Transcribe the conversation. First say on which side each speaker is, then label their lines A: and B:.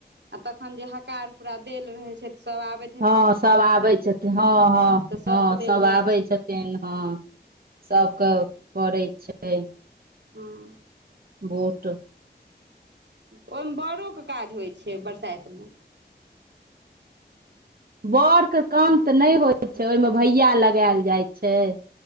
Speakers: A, on the right; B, on the right.
A: आ तखन जे हकार पूरा देल रहे छै त सब आबे
B: हँ सभ आबै छथिन हँ हँ
A: तऽ सभके
B: हँ
A: देल
B: सभ
A: जाइ
B: आबै
A: छै
B: छथिन हँ सभके पड़ै छै
A: हं।
B: बोट।
A: ओहि मे बड़ो के काज होइ छैय बरसाइत मे।
B: बड़के काम तऽ नहि होइ छैय ओहिमे भैया लगैल जाइ छैय।